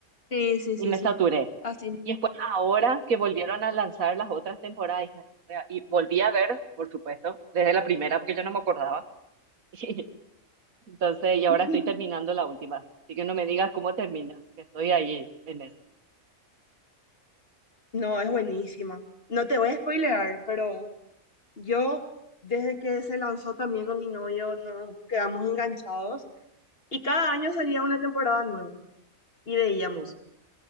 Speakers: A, on the left; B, on the right.
A: Sí, sí,
B: y
A: sí,
B: me
A: sí.
B: saturé.
A: Así. mismo.
B: Y después ahora que volvieron a lanzar las otras temporadas, dije, "No, vea", y volví a ver, por supuesto, desde la primera, porque yo no me acordaba, <laughs> Entonces, y ahora
A: <laughs>
B: estoy terminando la última. Así que no me digas cómo termina, que estoy ahí en eso.
A: No, es buenísima. No te voy a spoilear, pero yo, desde que se lanzó también con mi novio, nos quedamos enganchados y cada año salía una temporada nueva y veíamos.
B: Mm.